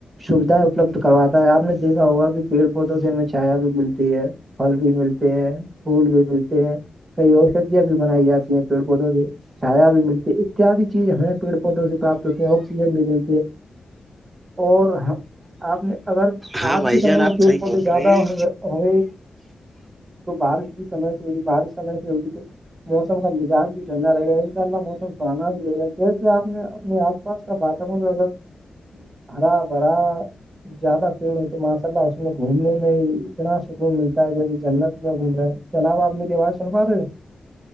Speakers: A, on the right (about 45°); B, on the right (about 25°).
A: سویدھائیں اپلبد کرواتا ہے آپ نے دیکھا ہوگا پیڑ پودوں سے ہمیں چھایا بھی ملتی ہے پھل بھی ملتے ہیں پھول بھی ملتے ہیں کئی اوشدیاں بھی بنائی جاتی ہیں پیڑ پودوں سے چھایا بھی ملتی ہے اتیاد چیز ہیں پیڑ پودوں سے پراپت ہوتے ہیں آکسیجن بھی ملتی ہے اور آپ نے اگر
B: ہاں
A: آج
B: بھائی
A: کے سمے
B: جان
A: میں
B: آپ
A: پیڑ
B: صحیح
A: پودے
B: بول
A: زیادہ
B: رہے ہیں
A: ہم تو بارش بھی سم سے ہوگی بارش سمے سے ہوگی تو موسم کا مزاج بھی ٹھنڈا رہے گا ان شاء اللہ موسم سرانا بھی رہے گا جیسے آپ نے اپنے آپ آس پاس کا واتور اگر ہرا بھرا زیادہ پیڑ ہو تو ماشاء اللہ اس میں گھومنے میں ہی اتنا سکون ملتا ہے جیسے جنت میں گھوم رہے ہیں چلا ب آپمیی واز سنفا رہے ہے